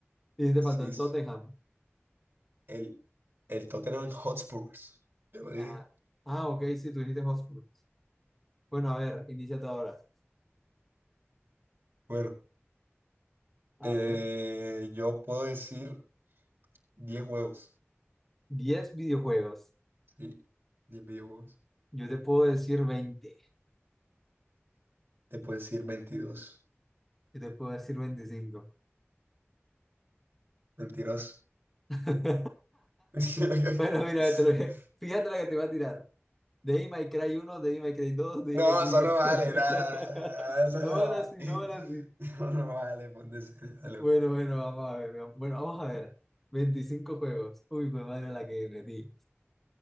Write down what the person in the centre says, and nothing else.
Y te
faltó el
Tottenham.
Ah, ah, ok, sí, tú dijiste Hotspur. Bueno, a ver, inicia tú ahora.
A
ver,
10 videojuegos.
Yo te puedo decir veinte
Y te puedo decir veinticinco
<laughs>
Bueno, mira, te lo que- fíjate lo que te va a tirar. Devil May Cry 1, Devil May Cry 2, Devil
May Cry
3.
<laughs>
No
van
así,
no van así.
Bueno, bueno, vamos a ver. veamos. Bueno, vamos a ver. veinticinco juegos. Uy, qué madre la que metí.